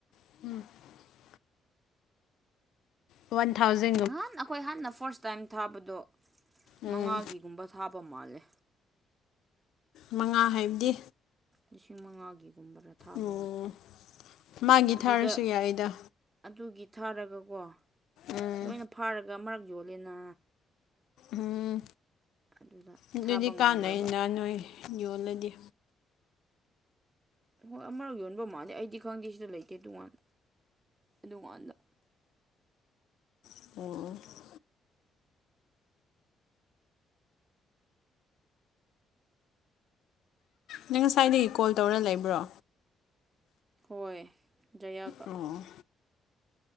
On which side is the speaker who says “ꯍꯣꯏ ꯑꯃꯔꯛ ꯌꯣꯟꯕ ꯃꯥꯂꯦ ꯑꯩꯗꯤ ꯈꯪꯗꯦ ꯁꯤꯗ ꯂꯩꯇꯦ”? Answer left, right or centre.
Right